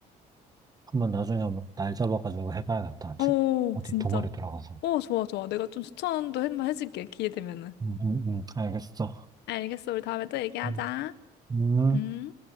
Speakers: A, on the right; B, on the left.
A: 한번 나중에 한번 날 잡아가지고 해봐야겠다.
B: 오,
A: 지- 어디
B: 진짜.
A: 동아리 들어가서.
B: 오, 좋아, 좋아. 내가 좀 추천도 한번 해줄게. 기회 되면은.
A: 음, 음, 음, 알겠어.
B: 알겠어. 우리 다음에 또 얘기하자.
A: 음. 음.
B: 응?